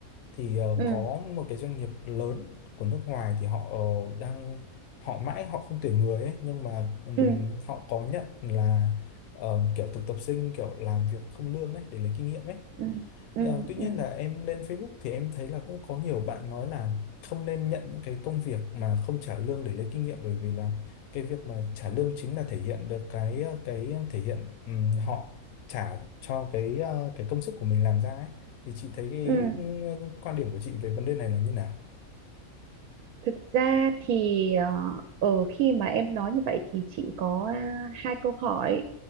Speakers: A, on the left; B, on the right.
A: thì ờ,
B: ừ
A: có một cái doanh nghiệp lớn của nước ngoài thì họ ờ, đang họ mãi họ không tuyển người ấy nhưng mà ừm,
B: ừ
A: họ có nhận là ờ, kiểu thực tập sinh kiểu làm việc không lương ấy để lấy kinh nghiệm ấy
B: ừ ừ
A: À, tuy nhiên
B: ừ
A: là em lên Facebook thì em thấy là cũng có nhiều bạn nói là không nên nhận những cái công việc mà không trả lương để lấy kinh nghiệm bởi vì là cái việc mà trả lương chính là thể hiện được cái ờ, cái ờ, thể hiện ừm, họ trả cho cái ờ, cái công sức của mình làm ra ấy. Thì chị thấy cái
B: ừ
A: ừ, quan điểm của chị về vấn đề này là như nào?
B: thực ra thì ờ, ở khi mà em nói như vậy thì chị có à, hai câu hỏi